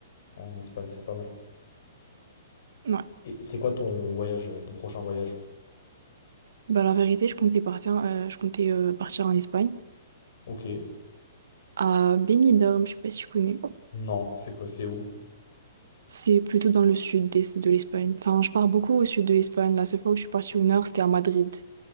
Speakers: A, on the left (about 60°); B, on the right (about 80°).
A: En Espagne, c'est pas mal.
B: Ouais.
A: Et c'est quoi ton voyage, euh, ton prochain voyage?
B: Bah, la vérité, je comptais partir, euh, je comptais euh, partir en Espagne,
A: Ok.
B: à Benidorm, je sais pas si tu connais.
A: Non, c'est quoi, c'est où?
B: C'est plutôt dans le sud des- de l'Espagne. Enfin, je pars beaucoup au sud de l'Espagne. La seule fois où je suis partie au nord, c'était à Madrid.